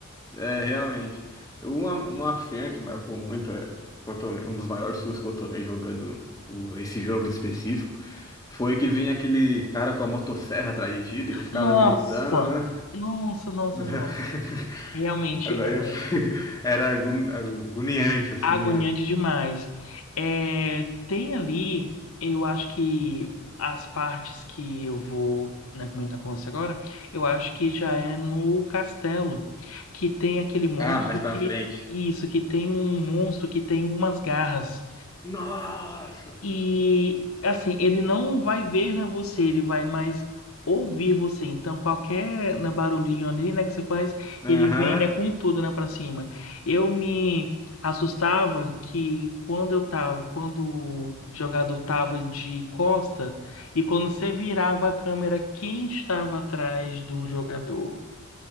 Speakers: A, on the left (about 15°); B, on the left (about 85°).
A: É, realmente. Uma, uma cena que marcou muito, é, que eu tomei- um dos maiores sustos que eu tomei jogando o- esse jogo em específico, foi que vinha aquele cara com a motosserra atrás de ti, daí ele ficava
B: Nossa,
A: gritando, né?
B: nossa, nossa,
A: <laughs>
B: nossa. Realmente
A: Daí
B: é
A: eu, <laughs> era agu- agoniante, assim.
B: agoniante
A: ó.
B: demais. É, tem ali, eu acho que as partes que eu vou, né, comentar com você agora, eu acho que já é no castelo, que tem aquele monstro
A: Ah, mais pra
B: que.
A: frente.
B: Isso, que tem um monstro que tem umas garras.
A: Nossa!
B: E assim, ele não vai ver, né, você, ele vai mais ouvir você. Então, qualquer né, barulhinho ali, né, que você faz,
A: Aham.
B: ele vem, né, com tudo, né, para cima. Eu me assustava que quando eu tava, quando o jogador tava de costa e quando você virava a câmera, quem estava atrás do jogador?